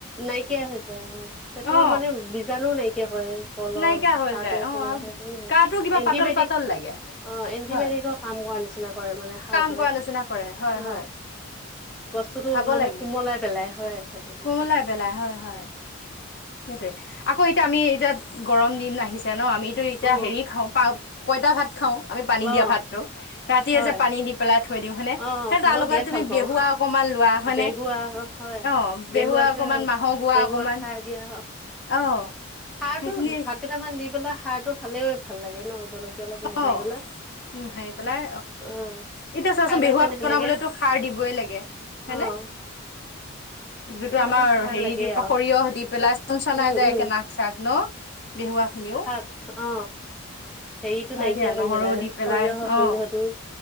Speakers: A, in the centre; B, on the left.
A: নাইকিয়া হৈ যায় অ পেটৰ
B: অ
A: মানে বীজাণুও নাইকিয়া কৰে কলৰ
B: নাইকিয়া হৈ
A: সাৰটোৱে
B: যায় অ
A: যে। সেখানে
B: গাটো কিবা
A: এণ্টিবায়টিক
B: পাতল পাতল লাগে
A: অ এণ্টিবায়টিকৰ
B: হয়
A: কাম কৰা নিচিনা কৰে। মানে সাৰটোৱে
B: কাম কৰা নিচিনা কৰে হয়
A: অ
B: হয়
A: বস্তুতটো
B: খাব
A: তাৰমানে
B: লাগে
A: কোমলাই পেলাই। হয় সেইটো কুথা
B: কোমলাই
A: <unintelligible>
B: পেলাই হয় হয়। সেইটোয়ে আকৌ এতিয়া আমি এতিয়া গৰম দিন আহিছে ন আমিতো এতিয়া
A: অ
B: হেৰি খাওঁ পা পইতা ভাত খাও, আমি পানী
A: অ
B: দিয়া ভাতটো, ৰাতিয়ে
A: হয়
B: যে পানী দি পেলাই থৈ দিওঁ হয়নে,
A: অ
B: সে তাৰ
A: মই
B: লগতে
A: বিৰাট
B: তুমি
A: ভাল পাওঁ
B: বেহুৱা অকনমান লোৱা হয়নে?
A: বেহুৱা হয়
B: অ
A: বেহুৱাত
B: বেহুৱা অক
A: যে
B: অকমান মাহৰ গোৱা
A: বেহুৱাত
B: অকমান।
A: খাৰ দিয়া অ
B: অ
A: সাৰ
B: সেইখিনি
A: টো ভাত কেইটামান দি পেলাই সাৰ টো খালেও ভাল লাগে। ন জলকীয়া অলপ মোহাই
B: অ
A: পেলাই,
B: উম হাৰি পেলাই
A: অ
B: এতিয়া চোৱাচোন
A: খাই পাইছানে
B: বিহুৱাক
A: সেনেকে
B: বনাবলেতো সাৰ দিবয়ে লাগে, হেনে
A: অ
B: যিটো
A: চবৰে
B: আমাৰ
A: সাৰ
B: হেৰি
A: লাগে
B: দি সৰিয়হ
A: আৰু
B: দি পেলাই চ চনাই
A: উম
B: যায়
A: উম
B: একে নাক চাক ন? বেহুৱা খিনিও
A: সাৰ অ
B: হয়
A: হেৰিটো নাইকিয়া
B: দিয়া
A: কৰি
B: নহৰু
A: পেলাই
B: দি
A: সৰিয়হৰ
B: পেলাই
A: গোন্ধটো
B: অ